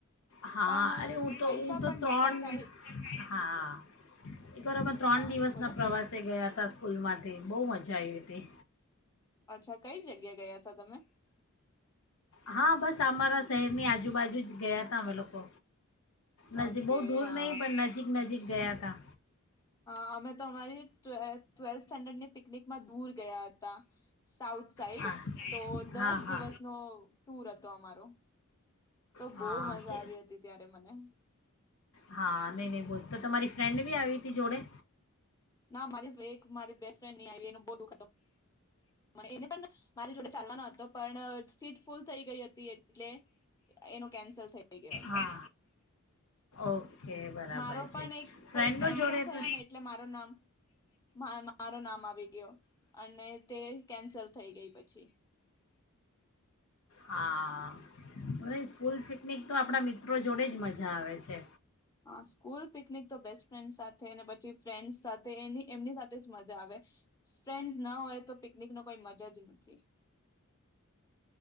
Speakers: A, on the left; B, on the left.
A: હા
B: પણ અ,
A: ું તો
B: પૈસા
A: હું તો
B: પણ
A: ત્રણ
B: મુકતા કઈ
A: હા એક વારમાં ત્રણ
B: હા
A: દિવસના
B: બોલો.
A: પ્રવાસે ગયા હતા હતા સ્કૂલમાંથી બહુ મજા આવી હતી
B: અચ્છા કઈ જગ્યા ગયા હતા તમે
A: હા બસ અમારા શહેરની આજુબાજુ જ ગયા ત અમે લોકો નજીક
B: ઓકે
A: બહુ દૂર
B: હા.
A: નહીિ પણ નજીક નજીક ગયા હતા
B: હા અમે તો અમારી ટ્વેલ્થ સ્ટેન્ડર્ડની પનક માં દૂર ગયા સાઉથ સાઈડ
A: હા
B: તો દસ
A: હા હા
B: દિવસ ન ટુર હતો અમારો તો
A: હા
B: બહ મજા
A: કે
B: આવી હતી ત્યારે મને
A: હા નહી નહી બોલ તો તમારી ફ્રેન્ડ બી આવી હતી જોડે
B: ના મારી એક મારી બેસ્ટ ફ્રેન્ડ ન આવી એનું બહુ દુખ મ એ મારી જોડે ચાલવાનો હતો પણ સીટ ફૂલ થઈ ગઈ હતી એટલે એનું કેન્સલ થઈ ગયો હતો
A: હા ઓકે બરાબર
B: મારો પણ
A: છે
B: એક
A: ફ્રેન્ડો
B: કોઈ કેન્સલ
A: જોડે
B: થયો
A: તો
B: ને એટલે મારો નામ મારો નામ આવી ગયો અને તે કેન્સલ થઈ ગઈ પછી
A: હા સ્કલ પિકનિક તો આપણા મિત મિત્રો જોડે જ મજા આવે છે
B: હા સ્કૂલ પિકનિક તો બેસ્ટ ફ્રેન્ડ સાથે પછી ફ્રેન્ડસ સાથે એની એમની સાથે જ મજા આવે ફ્રેન્ડસ ના હોય તો પિકનિક ન કોઈ મજા જ નથી